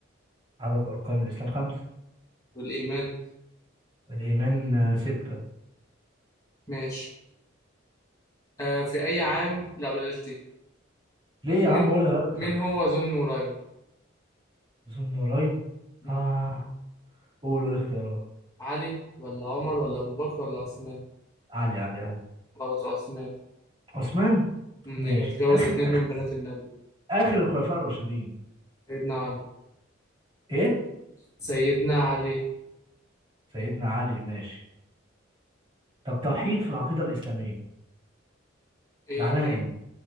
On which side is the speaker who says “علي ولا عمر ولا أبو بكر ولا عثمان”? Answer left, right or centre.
Left